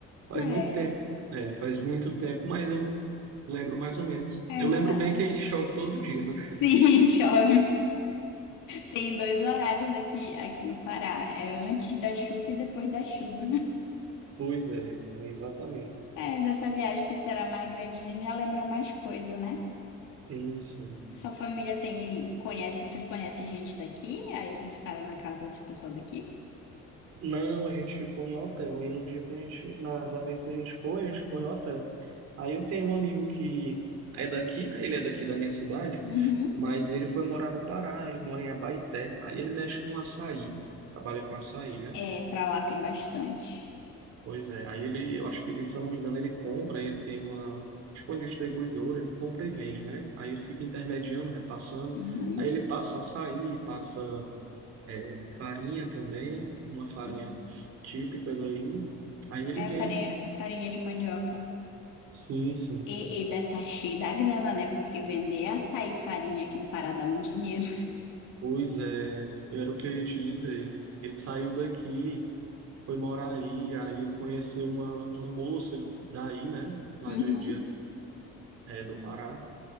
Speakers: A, on the right; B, on the left.
A: Faz
B: É.
A: muito tempo, é, faz muito tempo, mas eu lembro mais ou menos.
B: É,
A: Eu
B: mas...
A: lembro
B: na-
A: bem que chove todo dia, né?
B: Sim, <laughs> chove. Tem dois horários aqui, aqui no Pará. É antes da chuva e depois da chuva. <laughs>
A: Pois é, é exatamente.
B: É, dessa viagem que será mais grandinha, já lembra mais coisa, né?
A: Sim, sim.
B: Sua família tem, conhece, vocês conhecem gente daqui? Aí vocês ficaram na casa de pessoal daqui?
A: Não, a gente ficou em hotel. E no dia que a gente, na, da vez que a gente foi, a gente ficou em hotel. Aí eu tenho um amigo que é daqui, né? Ele é daqui da minha cidade,
B: Uhum.
A: mas ele foi morar no Pará, ele mora em Abaeté. Aí ele mexe com açaí, trabalha com açaí, né?
B: É, pra lá tem bastante.
A: Pois é, aí ele, eu acho que ele, se eu não me engano, ele compra, ele tem uma, tipo uma distribuidora, ele compra e vende, né? Aí ele fica intermediando, repassando,
B: Uhum.
A: aí ele passa açaí, passa é, farinha também, uma farinha
B: É
A: típica daí, aí ele
B: é
A: vende,
B: farinha,
A: né?
B: farinha de mandioca.
A: Sim, sim.
B: E, ele deve estar cheio da grana, né? Porque vender é açaí e farinha aqui no Pará dá muito dinheiro.
A: Pois é, era o que eu ia te dizer. Ele saiu daqui, foi morar aí, aí ele conheceu uma, uma moça daí, né?
B: <laughs>
A: Lá
B: Uhum.
A: de, de, é, do Pará.